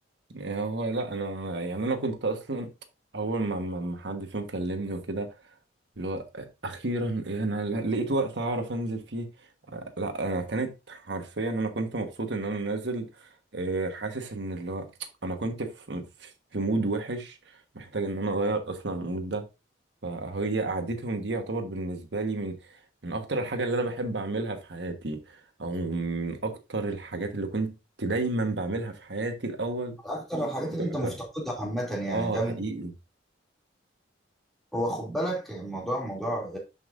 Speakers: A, on the right; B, in the centre.
A: يعني هو لا انا يعني انا كنت اصلا اول ما ما ما حد فيهم كلمني وكده اللي هو اخيرا انا لقيت وقت اعرف انزل فيه آه، لا انا كانت حرفيا انا كنت مبسوط ان انا نازل آه، حاسس ان اللي هو انا كنت في في مود وحش محتاج ان انا اغير اصلا المود ده فهي قعدتهم دي يعتبر بالنسبه لي من من اكتر الحاجه اللي انا بحب اعملها في حياتي او من اكتر الحاجات اللي كنت دايما بعملها في حياتي الاول
B: اكتر الحاجات
A: كنت
B: اللي
A: بحبها
B: انت مفتقدها عامه يعني
A: اه
B: ده
A: حقيقي
B: من وخد بالك الموضوع موضوع